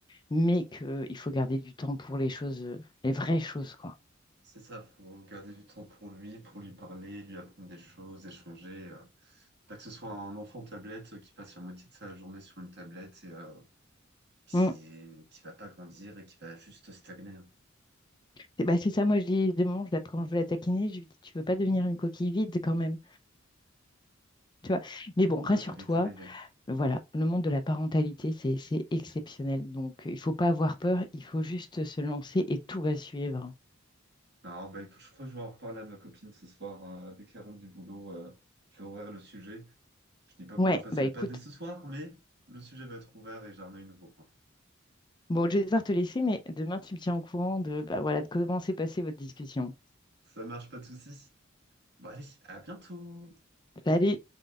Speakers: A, on the left (about 20°); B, on the right (about 60°).
A: mais qu'il faut garder du temps pour les choses, euh, les vraies choses, quoi.
B: C'est ça, faut garder du temps pour lui, pour lui parler, lui apprendre des choses, échanger. euh. Pas que ce soit un enfant tablette qui passe la moitié de sa journée sur une tablette et euh, qui,
A: Mm.
B: qui va pas grandir et qui va juste stagner. hein.
A: Et bah, c'est ça, moi je dis, des moments, je la- quand je veux la taquiner, je lui dis, tu veux pas devenir une coquille vide quand même, tu vois. Mais bon,
B: Ça
A: rassure-toi,
B: peut vite arriver.
A: Voilà, le monde de la parentalité, c'est, c'est exceptionnel. Donc, il faut pas avoir peur, il faut juste se lancer et tout va suivre.
B: Non, bah écoute, je crois que je vais en reparler à ma copine ce soir, hein, dès qu'elle rentre du boulot. euh, je vais ouvrir le sujet. Je dis pas
A: Ouais,
B: qu'on va passer
A: bah
B: le
A: écoute,
B: pâté ce soir, mais le sujet va être ouvert et j'en ai une nouveau.
A: bon, je vais devoir te laisser, mais demain, tu me tiens au courant de, bah, voilà, de comment s'est passée votre discussion.
B: Ça marche, pas de soucis. Bon, allez, à bientôt.
A: Salut!